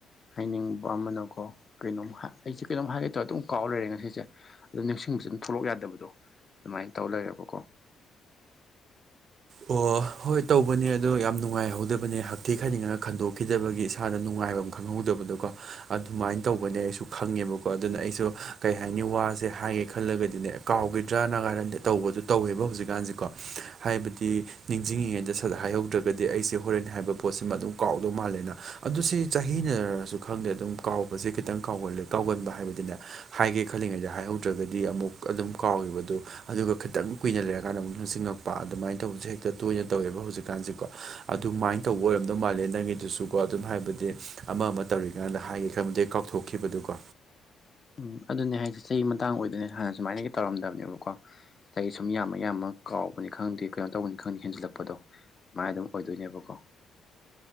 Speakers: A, on the left; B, on the right.
A: ꯍꯥꯏꯅꯤꯡꯕ ꯑꯃꯅꯀꯣ ꯀꯩꯅꯣꯝ ꯑꯩꯁꯦ ꯀꯩꯅꯣꯝ ꯍꯥꯏꯒꯦꯇꯧꯔ ꯑꯗꯨꯝ ꯀꯥꯎ ꯂꯩꯔꯦ ꯉꯁꯤꯁꯦ ꯑꯗꯨ ꯅꯤꯡꯁꯤꯡꯕꯁꯦ ꯑꯗꯨꯝ ꯊꯣꯛꯂꯛ ꯌꯥꯗꯕꯗꯣ ꯑꯗꯨꯃꯥꯏꯅ ꯇꯧ ꯂꯩꯔꯦꯕꯀꯣ
B: ꯑꯣ ꯍꯣꯏ ꯇꯧꯕꯅꯦ ꯑꯗꯣ ꯌꯥꯝ ꯅꯨꯡꯉꯥꯏꯍꯧꯗꯕꯅꯦ ꯍꯛꯊꯤ ꯈꯥꯏꯅꯤꯡꯉꯒ ꯈꯟꯗꯣꯛꯈꯤꯗꯕꯒꯤ ꯏꯁꯥꯗ ꯅꯨꯡꯉꯥꯏꯕꯝ ꯈꯪ ꯈꯪꯍꯧꯗꯕꯗꯣꯀꯣ ꯑꯗꯨꯃꯥꯏꯅ ꯇꯧꯕꯅꯦ ꯑꯩꯁꯨ ꯈꯪꯉꯦꯕꯀꯣ ꯑꯗꯨꯅ ꯑꯩꯁꯨ ꯀꯩ ꯍꯥꯏꯅꯤ ꯋꯥꯁꯦ ꯍꯥꯏꯒꯦ ꯈꯜꯂꯒꯗꯤꯅꯦ ꯀꯥꯎꯒꯤꯗ꯭ꯔꯥꯅ ꯀꯥꯏꯅꯗꯤ ꯇꯧꯕꯗꯣ ꯇꯧꯋꯦꯕ ꯍꯧꯖꯤꯛꯀꯥꯟꯁꯦꯀꯣ ꯍꯥꯏꯕꯗꯤ ꯇꯤ ꯅꯤꯡꯖꯤꯡꯉꯤꯉꯩꯗ ꯁꯠ ꯍꯥꯏꯍꯧꯗ꯭ꯔꯒꯗꯤ ꯑꯩꯁꯦ ꯍꯣꯔꯦꯟ ꯍꯥꯏꯕ ꯄꯣꯠꯁꯤꯃꯥ ꯑꯗꯨꯝ ꯀꯥꯎꯗꯧ ꯃꯥꯜꯂꯦꯅ ꯑꯗꯨ ꯁꯤ ꯆꯍꯤꯅꯔꯁꯨ ꯈꯪꯗꯦ ꯑꯗꯨꯝ ꯀꯥꯎꯕꯁꯦ ꯈꯤꯇꯪ ꯀꯥꯎꯒꯂꯦ ꯀꯥꯎꯒꯟꯕ ꯍꯥꯏꯕꯗꯤꯅꯦ ꯍꯥꯏꯒꯦ ꯈꯜꯂꯤꯉꯩꯗ ꯍꯥꯏꯍꯧꯗ꯭ꯔꯒꯗꯤ ꯑꯃꯨꯛ ꯑꯗꯨꯝ ꯀꯥꯎꯒꯤꯕꯗꯣ ꯑꯗꯨꯒ ꯈꯤꯇꯪ ꯀꯨꯏꯅ ꯂꯩꯔꯀꯥꯟꯗ ꯑꯃꯨꯛ ꯅꯤꯡꯁꯤꯡꯉꯛꯄ ꯑꯗꯨꯃꯥꯏ ꯇꯧꯕꯁꯦ ꯍꯦꯛꯇ ꯇꯣꯏꯅ ꯇꯧꯋꯦꯕ ꯍꯧꯖꯤꯛꯀꯥꯟꯁꯦꯀꯣ ꯑꯗꯨꯃꯥꯏꯅ ꯇꯧꯕ ꯑꯣꯏꯔꯝꯗꯧ ꯃꯥꯜꯂꯦ ꯅꯪꯒꯤꯗꯨꯁꯨꯀꯣ ꯑꯗꯨꯝ ꯍꯥꯏꯕꯗꯤ ꯑꯃ ꯑꯃ ꯇꯧꯔꯤꯀꯥꯟꯗ ꯍꯥꯏꯒꯦ ꯈꯟꯕꯗꯩ ꯀꯥꯎꯊꯣꯛꯈꯤꯕꯗꯨꯀꯣ
A: ꯎꯝ ꯑꯗꯨꯅꯦ ꯍꯥꯏꯁꯦ ꯆꯍꯤ ꯃꯇꯥꯡ ꯑꯣꯏꯗꯣꯏꯅꯦ ꯍꯥꯟꯅ ꯁꯨꯃꯥꯏꯅꯒ ꯇꯧꯔꯝꯗꯕꯅꯦꯕꯀꯣ ꯆꯍꯤ ꯁꯨꯝ ꯌꯥꯝꯃ ꯌꯥꯝꯃ ꯀꯥꯎꯕꯅꯤ ꯈꯪꯗꯦ ꯀꯩꯅꯣ ꯇꯧꯕꯅꯤ ꯈꯪꯗꯦ ꯍꯦꯟꯖꯜꯂꯛꯄꯗꯣ ꯃꯥꯏ ꯑꯗꯨꯝ ꯑꯣꯏꯗꯣꯏꯅꯦꯕꯀꯣ